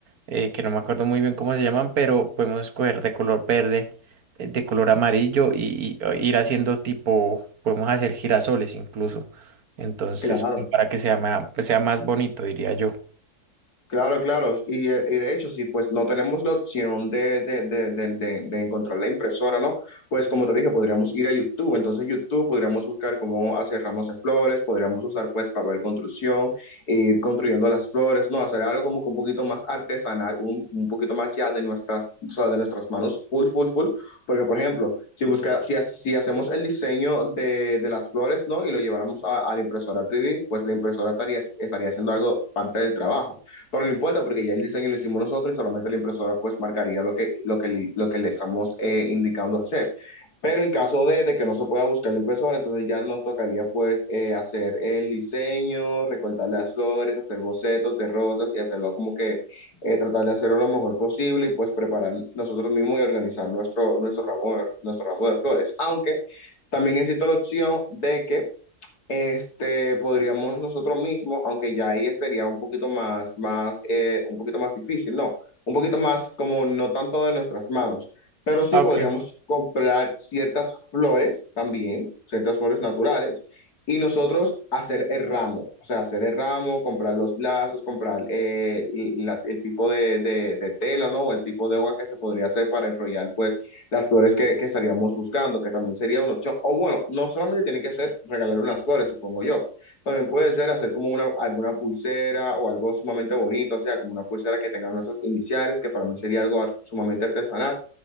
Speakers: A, on the right; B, on the left.
A: eh, que no me acuerdo muy bien cómo se llaman, pero podemos escoger de color verde, eh, de color amarillo y, y, eh, ir haciendo tipo, podemos hacer girasoles incluso. Entonces,
B: claro.
A: para que sea más, pues sea más bonito, diría yo.
B: Claro, claro. Y, eh, y de hecho, si pues no tenemos la opción de, de, de, de, de- de encontrar la impresora, ¿no? Pues como te dije, podríamos ir a YouTube. Entonces, YouTube podríamos buscar cómo hacer ramos de flores, podríamos usar pues papel construcción, ir construyendo las flores, ¿no? Hacer algo como que un poquito más artesanal, un, un poquito más ya de nuestras, o sea, de nuestras manos, full, full, full. Porque, por ejemplo, si busca, si, ha- si hacemos el diseño de, de las flores, ¿no? Y lo lleváramos a, a la impresora 3D, pues la impresora estaría, estaría haciendo algo parte del trabajo. Pero no importa porque ya el diseño lo hicimos nosotros y solamente la impresora pues marcaría lo que, lo que, li- lo que le estamos eh, indicando hacer. Pero en caso de, de que no se pueda buscar la impresora, entonces ya nos tocaría pues eh, hacer el diseño, recortar las flores, hacer bocetos de rosas y hacerlo como que eh, tratar de hacerlo lo mejor posible y pues preparar nosotros mismos y organizar nuestro, nuestro ramo, nuestro ramo de flores. Aunque también existe la opción de que este, podríamos nosotros mismos, aunque ya ahí sería un poquito más, más, eh, un poquito más difícil, no, un poquito más como no tanto de nuestras manos, pero sí
A: Ah,
B: podríamos
A: ok.
B: comprar ciertas flores también, ciertas flores naturales, y nosotros hacer el ramo, o sea, hacer el ramo, comprar los lazos, comprar eh, la- el tipo de, de, de tela, ¿no? O el tipo de hoja que se podría hacer para enrollar, pues, las flores que, que estaríamos buscando, que también sería una opción. O bueno, no solamente tiene que ser regalar unas flores, supongo yo. También puede ser hacer como una, alguna pulsera o algo sumamente bonito, o sea, como una pulsera que tenga nuestras iniciales, que para mí sería algo sumamente artesanal.